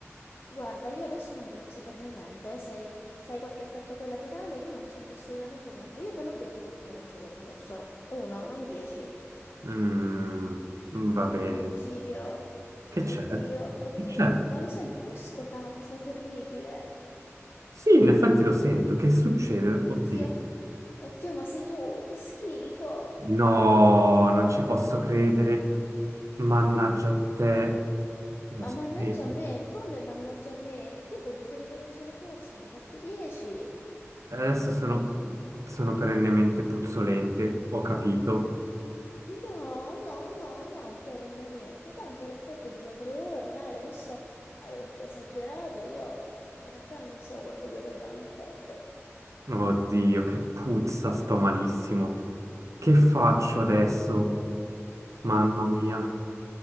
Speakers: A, on the left; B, on the right.
A: Guarda, io adesso non voglio saperne niente, eh, se, se hai qualche effetto collaterale io non c'entro assolutamente niente, io te l'ho detto di fare un solo sorso, uno, non 10.
B: Mm, va bene.
A: Oddio,
B: Che c'è?
A: oddio, oddio,
B: Che c'è?
A: ma lo senti questo tanfo terribile?
B: Sì, in effetti lo sento. Che succede?
A: Oddio,
B: Oddio.
A: oddio, ma sei tu, che schifo!
B: No, non ci posso credere. Mannaggia a te. Lo
A: Ma
B: sapevo.
A: mannaggia a me, come mannaggia a me? Io ti ho detto di fare un solo sorso, ne hai fatti 10.
B: Adesso sono, sono perennemente puzzolente, ho capito.
A: No, no, no, non perennemente, tanto l'effetto dura tre ore, dai, adesso hai un po' esagerato, io in realtà non so quanto durerà l'effetto.
B: Oddio, che puzza, sto malissimo. Che faccio adesso? Mamma
A: E-
B: mia.